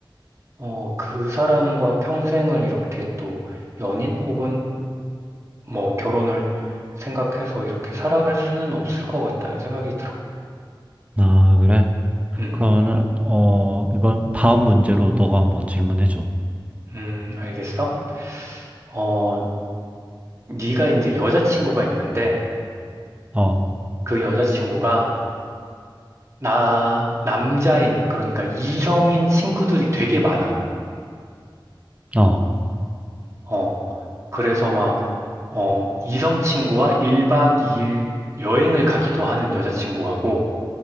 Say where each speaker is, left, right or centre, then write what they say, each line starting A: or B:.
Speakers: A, on the right; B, on the right.
A: 어, 그 사람과 평생을 이렇게 또 연인 혹은 뭐 결혼을 생각해서 이렇게 살아갈 수는 없을 것 같다는 생각이 들어.
B: 아 그래?
A: 음,
B: 그러면은 어 이번 다음 문제로 너가 한번 질문해 줘.
A: 음, 알겠어? 어, 네가 이제 여자친구가 있는데
B: 어,
A: 그 여자친구가 나 남자인 그러니까 이성인 친구들이 되게 많아.
B: 어,
A: 어, 그래서 막 어, 이성 친구와 1박 2일 여행을 가기도 하는 여자친구하고,